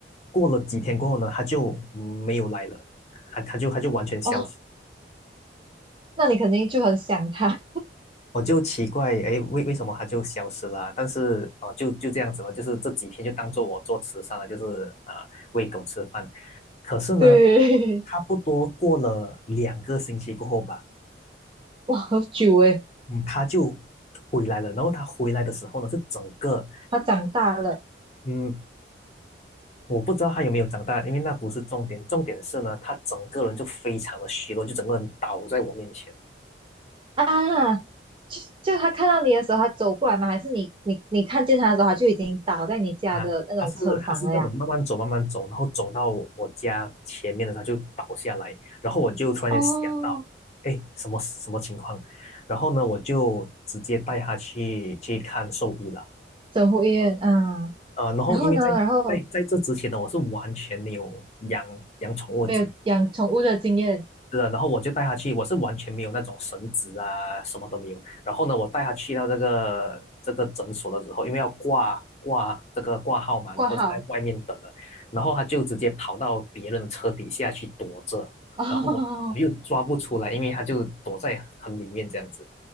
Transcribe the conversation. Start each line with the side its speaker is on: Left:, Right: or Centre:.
Left: 过了几天过后呢，他就没有来了，他他就他就完全消失。
Right: 哦，那你肯定就很想它，
Left: 我就奇怪，哎，为为什么它就消失了啊但是哦，就就这样子了，就是这几天就当做我做慈善了，就是啊、喂狗吃饭。可是呢，
Right: <laughs> 对，
Left: 差不多过了两个星期过后吧，
Right: 哇，好久诶，
Left: 嗯，它就回来了。然后它回来的时候呢，是整个，
Right: 它长大了。
Left: 嗯，我不知道它有没有长大，因为那不是重点，重点是呢，它整个人就非常的虚弱，就整个人倒在我面前。
Right: 啊，就就他看到你的时候，他走过来吗？还是你你你看见他的时候，他就已经倒在你家的那种车房了呀？
Left: 啊，他是他是那种慢慢走慢慢走，然后走到我我家前面的时候它就倒下来，然后我就突然间想到，
Right: 哦，
Left: 哎，什么什么情况？然后呢，我就直接带他去去看兽医了。
Right: 整户医院，嗯，
Left: 呃，然后因为在在在这之前呢，
Right: 然后呢，然后
Left: 我是完全没有养养宠物的经
Right: 没有养宠物的经验，
Left: 是的，然后我就带他去，我是完全没有那种绳子啊，什么都没有。然后呢，我带他去到这个这个诊所的时候，因为要挂挂这个挂号嘛，
Right: 挂号，
Left: 然后就在外面等了，然后他就直接跑到别人的车底下去躲着，
Right: <laughs> 哦，
Left: 然后我我又抓不出来，因为他就躲在很里面这样子。